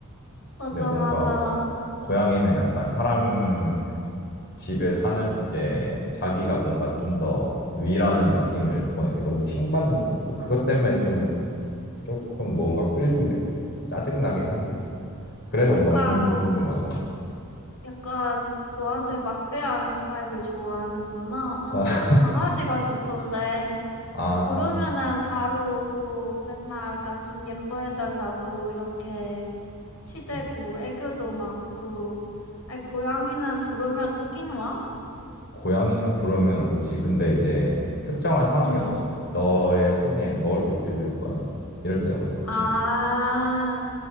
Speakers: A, on the left; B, on the left.
A: 맞아,
B: 근데 뭔가
A: 맞아.
B: 고양이는 약간 사람 집에 사는 주제에 자기가 뭔가 좀 더 위라는 느낌을 보는 게 너무 킹받는데 또 그것 때문에 좀 조금 뭔가 끌리는 느낌? 짜증나긴 한데 그래서
A: 약간
B: 뭔가 궁,
A: 너,
B: 궁금하잖아.
A: 약간 너한테 막대하는 타입을 좋아하는구나. 난
B: 아,
A: 고- 강아지가 좋던데.
B: 아,
A: 부르면은 바로 오고 맨날 나 좀 예뻐해달라고 이렇게 치대고
B: 음.
A: 애교도 많고. 아니, 고양이는 부르면 오긴 와?
B: 고양이는 부르면 오지. 근데 이제 특정한 상황에
A: 응.
B: 오지. 너의 손에 먹을 게 들려 있거나 이럴 때 오는 거지.
A: 아,